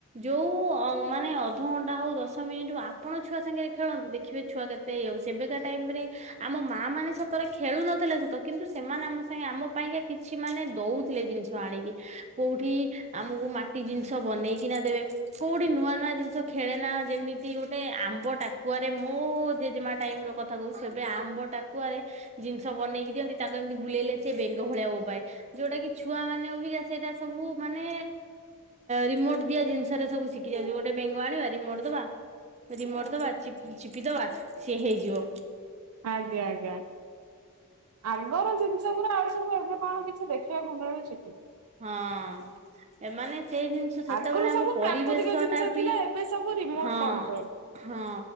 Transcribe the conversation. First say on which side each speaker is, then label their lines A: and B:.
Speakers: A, on the right (about 30°); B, on the right (about 85°).
A: ଯୋଉ ମାନେ ଅଧଘଣ୍ଟା ହଉ ଦଶ ମିନିଟ ହଉ ଆପଣ ଛୁଆ ସାଙ୍ଗରେ ଖେଳନ୍ତୁ, ଦେଖିବେ ଛୁଆ କେତେ ଇଏ ହେବ। ସେବେକା ଟାଇମ ରେ ଆମ ମା ଆମେମାନେ ଶାଥିରେ ଖେଳୁନଥିଲେ ସତ କିନ୍ତୁ, ସେମାନେ ଆମ ସାଙ୍ଗେ ଆମ ପାଇଁକା କିଛି ମାନେ ଦେଉଥିଲେ ଜିନିଷ ଆଣିକି କୋଉଠି ଆମକୁ ମାଟି ଜିନିଷ ବନେଇକିନା ଦେବେ, କୋଉଠି ନୂଆ ନୂଆ ଜିନିଷ ଖେଳେନା ଯେମିତି ଗୋଟେ ଆମ୍ବ ଟାକୁଆରେ ମୋ ଜେଜେମା ଟାଇମର କଥା କହୁଛି। ସେବେ ଆମ୍ବ ଟାକୁଆରେ ଜିନିଷ ବନେଇକି ଦିଅନ୍ତି। ତାକୁ ଏମିତି ବୁଲେଇଲେ ସେ ବେଙ୍ଗ ଭଳିଆ ବୋବାଏ। ଯୋଉଟା କିି ଛୁଆମାନେ ଅବିକା ସେଇଟା ସବୁ ମାନେ ରିମୋଟ ଦିଆ ଜିନିଷରେ ସବୁ ଶିଖି ଯାଉଛି। ଗୋଟେ ବେଙ୍ଗ ଦବା ରିମଟ ଦବା ରିମଟ ଦବା ଚିପି ଦବା ସିଏ ହେଇଯିବ।
B: ଆଜ୍ଞା ଆଜ୍ଞା। ଆଗର ଜିନିଷ ଗୁରା ଆଉ ସବୁ ଏବେ କଣ କିଛି ଦେଖିବାକୁ ମିଳୁଛି କି?
A: ହଁ ଏମାନେ ସେଇ ଜିନିଷ ସେତେବେଳେ
B: ଆଗରୁ
A: ଆମ
B: ସବୁ
A: ପରିବେଶଟା
B: ପ୍ରାକୃତିକ ଜିନିଷ
A: ବି
B: ଥିଲା ଏବେ ସବୁ ରିମୋଟ
A: ହଁ-ହଁ।
B: କଣ୍ଟ୍ରୋଲ।